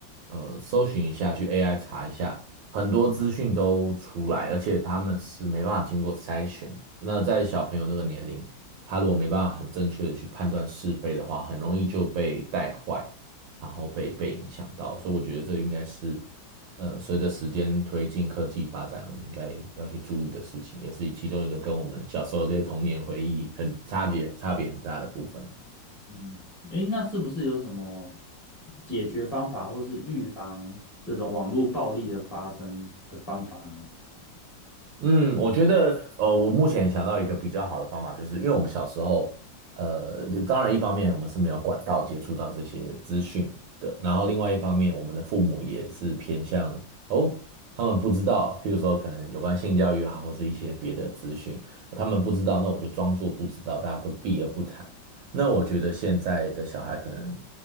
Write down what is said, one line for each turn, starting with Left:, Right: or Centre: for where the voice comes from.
Right: 呃搜寻一下，去 AI 查一下，很多资讯都出来，而且他们是没办法经过筛选的那在小朋友那个年龄，他如果没办法很正确的去判断是非的话，很容易就被带坏。然后被被影响到，所以我觉得这应该是，呃，随着时间推进科技发展，我们应该要去注意的事情，也是其中一个跟我们小时候这些童年回忆很差别差别很大的部分。
Centre: 嗯，诶，那是不是有什么解决方法，或是预防这种网络暴力的发生的方法呢？
Right: 嗯，我觉得，呃，我目前想到一个比较好的方法，就是因为我们小时候，呃，当然一方面我们是没有管道接触到这些资讯的，然后另外一方面，我们的父母也是偏向哦，他们不知道，譬如说可能有关性教育啊，或是一些别的资讯，他们不知道，那我就装作不知道，大家都避而不谈。那我觉得现在的小孩可能。